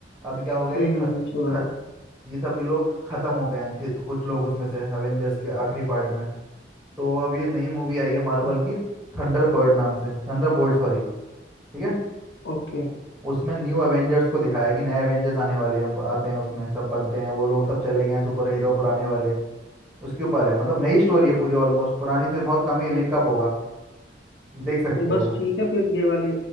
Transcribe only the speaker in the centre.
अभी क्या हो गया
ये खत
खत
ये सब ये लोग खत्म हो गए हैं थे- तो कुछ लोग उसमें से अवेंजर्स के आखिरी पार्ट में तो अब ये नई मूवी आई है मार्वल
की थंडर बर्ड नाम से थंडर बोल्ट सॉरी ठीक है।
उसमें न्यू एवेंजर्स को दिखाया है कि नए एवेंजर्स आने वाले हैं ब- आते हैं उसमें सब बनते हैं वो लोग सब चले गए हैं सुपर हीरो पुराने वाले उसके ऊपर है मतलब नई स्टोरी है पूरी ऑलमोस्ट पुरानी से बहुत कम ही लिंकअप होगा देख सकते
हो